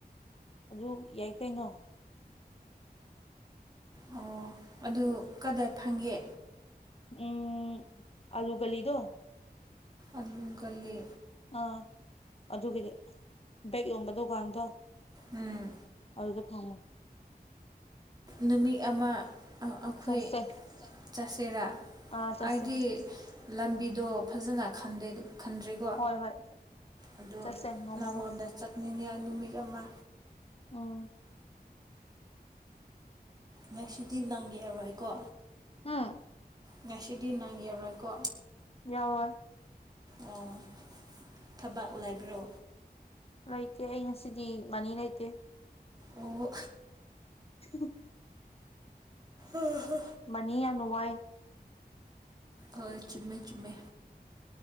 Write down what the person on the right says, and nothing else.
ꯑꯣ ꯑꯗꯨ ꯀꯗꯥꯏ ꯐꯪꯒꯦ
ꯑꯜꯂꯨꯒꯂꯤ
ꯎꯝ
ꯅꯨꯃꯤꯠ ꯑꯃ ꯑꯩꯈꯣꯏ
ꯆꯠꯁꯤꯔꯥ
ꯑꯩꯗꯤ ꯂꯝꯕꯤꯗꯣ ꯐꯖꯅ ꯈꯟꯗꯦ ꯈꯟꯗ꯭ꯔꯤꯀꯣ
ꯑꯗꯨ
ꯅꯪꯉꯣꯟꯗ
ꯆꯠꯅꯤꯡꯉꯦ ꯅꯨꯃꯤꯠ ꯑꯃ
ꯉꯁꯤꯗꯤ ꯅꯪ ꯌꯦꯔꯣꯏꯀꯣ
ꯉꯁꯤꯗꯤ ꯅꯪ ꯌꯦꯔꯣꯏꯀꯣ
ꯑꯣ ꯊꯕꯥꯛ ꯂꯩꯕ꯭ꯔꯣ
ꯑꯣ
ꯑ ꯍ
ꯑꯣꯏ ꯆꯨꯝꯃꯦ ꯆꯨꯝꯃꯦ